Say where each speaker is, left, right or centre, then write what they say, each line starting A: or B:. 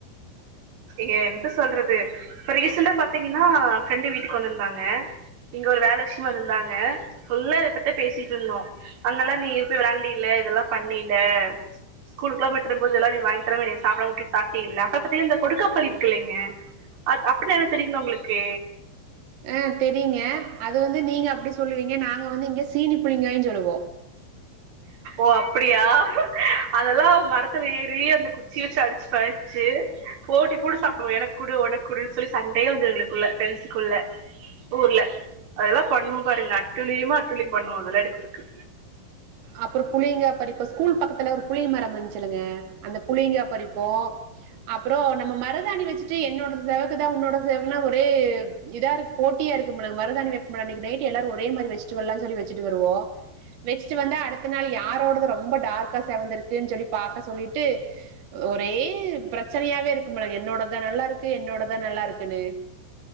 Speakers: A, on the right; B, on the right.
A: ஏ என்ன சொல்றது ரீசன்டா பாத்தீங்கன்னா ஃப்ரெண்டு வீட்டுக்கு வந்திருந்தாங்க இங்க ஒரு வேல விட்சியமா வந்திருந்தாங்க ஃபுல்ல இத பத்தி பேசிட்டு இருந்தோ அங்கெல்லா நீ இருப்பி விளண்ட இல் இதெல்லா பண்ணல ஸ்கூலு எல்லா போயிருர போது இதல்லா நீ வாங்கிக்கிற நீ சாப்பிடட்டிட்டு சாப்டில்ல அ பத்தி இந்த கெடுக்கா புலி பண்ணிருக்கலலைங்க அ அப்படினா என்னன்னு தெரியுங்கள உங்களுக்கு
B: அஹ் தெரியுங்க அது வந்து நீங்க அப்படி சொல்லுவீங்க நாங்க வந்து இங்க சீனி புளிங்காயன்னு சொல்லுவோ
A: ஓ அப்படியா அதெல்லா மரத்துல ஏறி அந்த குச்சிய வெச்சு அடிச்சு படிச்சு போட்டி போட்டு சாப்பிடுவோ என குடு உன குடுன்னு சொல்லி சண்டே வந்துவங்களுக்குள்ள ப்ரெண்ட்ஸக்குள்ள ஊர்ல அதெல்லாம் பண்ணும் பாருங்க அட்டுளியுமா அட்டுளி பண்ணுவோ அதெல்லா எடுக்கு இருக்கு
B: அப்புற புலிங்க பறிப்போம் ஸ்கூல் பக்கத்துல ஒரு புலிய மரம் இருந் சொல்லுங்க அந்த புளிங்கா பறிப்போ அப்புறம் நம்ம மருதாணி வெச்சு வெச்சிட்டு என்னேடு செவக்குதா உன்னேடு செவாக்குதா நைட்டு ஒரே இதா போட்டியா இருக்கும்ல மருதாணி வெக் அன்னிக்கு நைட்டு ஒரே மாதிரி வச்சுட்டு வருவோம வெச்சுட்டு சு வந்த அடுத்த நாள் யாரோடது ரொம்ப டார்க்கா சேவந்திருக்குன்னு சொல்லி பார்க்க சொல்லிட்டு ஒரே பிரச்சனையாவே இருக்கு என்னோடதா நல்லா இருக்கு என்னோடதா நல்லா இருக்குன்னு